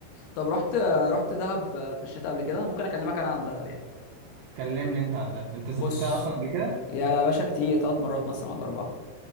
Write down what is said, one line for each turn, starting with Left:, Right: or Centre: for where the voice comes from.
Left: طب رحت رحت دهب في الشتاء قبل كده ممكن اكلمك انا عن دهب يعني
Right: كلمني انت عن ده انت سافرتها
Left: بص
Right: اصلا قبل كده
Left: يا لا باشا كتير ثلاث مرات مثلا ولا اربعه